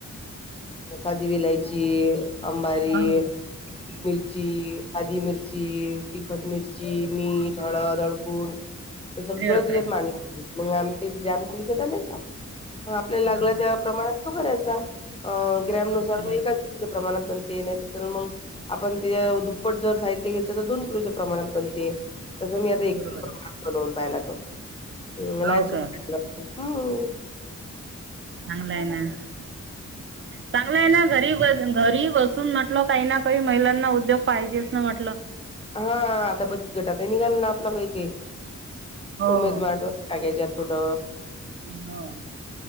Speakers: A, on the left; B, on the right.
A: अ साधी विलायची अंबारी
B: हा होय. हम्म.
A: मिरची आधी मिरची तिखट मिरची मीठ हळद हळकुण ते सगळं
B: अरे बापरे
A: त्याच्यात मांड मग आमचे ग्रामण विकत नाहीच आपल्याला
B: हा
A: लागला
B: हा
A: त्या प्रमाणात तो करायचा ग्रॅम नुसार
B: हा तयार
A: तो एका
B: करा.
A: किलोच्या प्रमाणात बन ते नाही तर मग आपण ति दुप्पट जर साहित्य घेतलं तर दोन किलोच्या प्रमाणात पण ते तसं मी आता
B: हो
A: एक
B: बरोबर
A: किलो प्रमाण
B: आहे
A: बनवून पाहियला तो. हम्यनम्
B: हो काय चांगलं आहे ना
A: <unintelligible>
B: चांगलं आहे, ना घरी ब घरी बसून म्हटल काही ना काही महिलांना उद्योग पाहिजे असं म्हटलं.
A: हा आता बचत गटात निघाल ना आपलं काही काही.
B: हो
A: उमेद
B: हो
A: मार टो <unintelligible>
B: हो